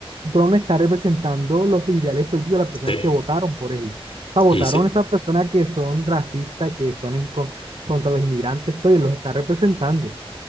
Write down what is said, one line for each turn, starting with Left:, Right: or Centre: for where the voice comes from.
Right: Trump no está representando los ideales políticos de las personas
Left: Sí,
Right: que votaron por él. O sea, votaron
Left: y sí.
Right: esas personas que son racistas, que son en con- contra los inmigrantes, todo, y los está representando.